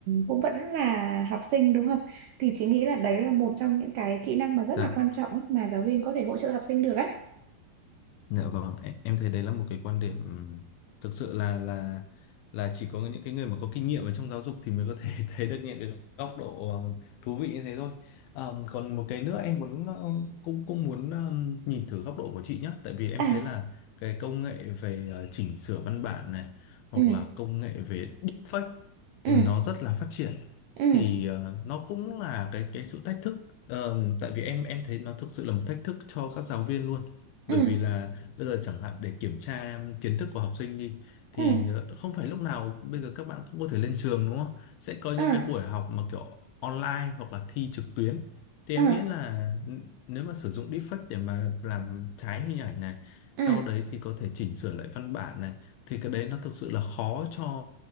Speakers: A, on the right; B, on the left.
A: cũng vẫn là học sinh đúng không? Thì chị nghĩ là đấy là một trong những cái kỹ năng mà rất
B: dạ
A: là quan trọng ấy mà giáo viên có thể hỗ trợ học sinh được á.
B: Dạ vâng, em em thấy đấy là một cái quan điểm ừm, thực sự là là là chỉ có những cái người mà có kinh nghiệm ở trong giáo dục thì mới có thể <laughs> thấy được những cái góc độ ờ, thú vị như thế thôi. Ờm, còn một cái nữa em muốn ờ, cũng cũng muốn ờm, nhìn thử góc độ của chị nhé, tại vì em
A: À,
B: thấy là cái công nghệ về ờ, chỉnh sửa văn bản này hoặc
A: ừ,
B: là công nghệ về deepfake
A: ừ,
B: ừ, nó rất là phát triển
A: ừ,
B: thì ờ, nó cũng là cái cái sự thách thức Ờm, tại vì em em thấy nó thực sự là một thách thức cho các giáo viên luôn bởi
A: ừ,
B: vì là Bây giờ chẳng hạn để kiểm tra kiến thức của học sinh đi thì
A: ừ,
B: ờ, không phải lúc nào bây giờ các bạn cũng có thể lên trường đúng không? Sẽ có
A: ừ,
B: những
A: ừ,
B: cái buổi học mà kiểu online hoặc là thi trực tuyến. Thì
A: ừ,
B: em nghĩ là n- nếu mà sử dụng deepfake để mà làm trái hình ảnh này,
A: ừ,
B: sau đấy thì có thể chỉnh sửa lại văn bản này thì cái đấy nó thực sự là khó cho